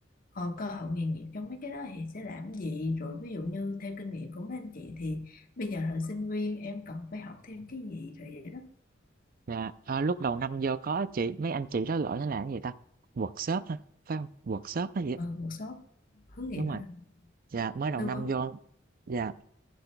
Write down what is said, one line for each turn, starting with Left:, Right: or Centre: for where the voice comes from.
Left: ờ, cơ hội nghề nghiệp trong mấy cái đó thì sẽ làm gì rồi ví dụ như theo kinh nghiệm của mấy anh chị thì bây giờ là sinh viên em cần phải học thêm cái gì rồi vậy đó
Right: dạ. Ờ, lúc đầu năm vô có chị mấy anh chị đó gọi nó là cái gì ta? Workshop hả? Phải không? Workshop hay gì? á?
Left: ừ, workshop hướng nghiệp
Right: Đúng rồi.
Left: hả?
Right: Dạ mới đầu
Left: tư
Right: năm
Left: vấn
Right: vô dạ